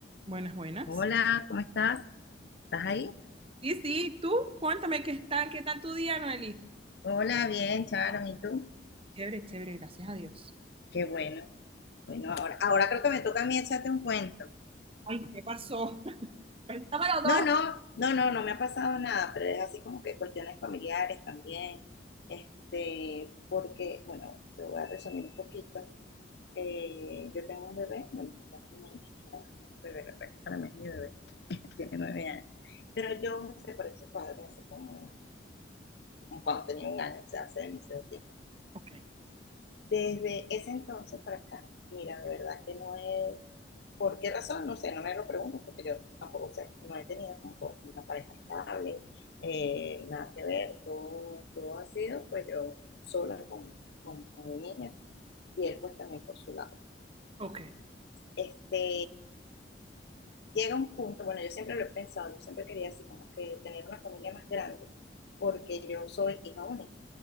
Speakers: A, on the right (about 30°); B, on the left (about 65°).
A: Buenas, buenas.
B: Hola, ¿cómo estás? ¿Estás ahí?
A: Sí, sí, tú, cuéntame qué tal, qué tal tu día, Noeli.
B: Hola, bien, Charon, ¿y tú?
A: Chévere, chévere, gracias a Dios.
B: Qué bueno. Bueno, ahora, ahora creo que me toca a mí echarte un cuento.
A: Ay, ¿qué pasó? <laughs> Cuenta para dos.
B: No, no, no, no, no me ha pasado nada, pero es así como que cuestiones familiares también, este, porque, bueno, te voy a resumir un poquito. Eh, yo tengo un bebé, bueno, ya no es un niño, ya no es un bebé, la verdad que para mí es mi bebé, tiene nueve años, pero yo me separé de su padre hace como, como cuando tenía un año, o sea, hace demasiado tiempo.
A: Ok,
B: Desde ese entonces para acá, mira, de verdad que no es, ¿por qué razón? No sé, no me lo pregunto porque yo tampoco sé, no he tenido como una pareja estable, eh, nada que ver, todo, todo ha sido pues yo sola con, con, con mi niña y él pues también por su lado.
A: ok.
B: Este, llega un punto, bueno, yo siempre lo he pensado, yo siempre quería así como que tener una familia más grande, porque yo soy hija única.